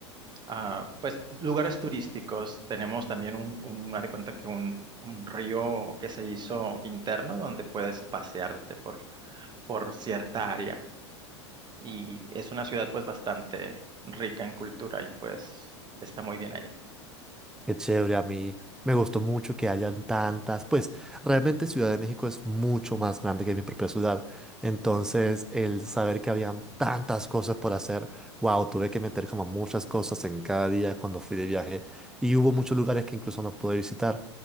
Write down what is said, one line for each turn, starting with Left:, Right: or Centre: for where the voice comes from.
Right: ah, pues, lugares turísticos. Tenemos también un, un, haz de cuenta que un, un río que se hizo interno donde puedes pasearte por, por cierta área. Y es una ciudad, pues, bastante rica en cultura y, pues, está muy bien ahí.
Centre: Qué chévere, a mí me gustó mucho que hayan tantas, pues realmente Ciudad de México es mucho más grande que mi propia ciudad, entonces el saber que habían tantas cosas por hacer, wow, tuve que meter como muchas cosas en cada día cuando fui de viaje y hubo muchos lugares que incluso no pude visitar,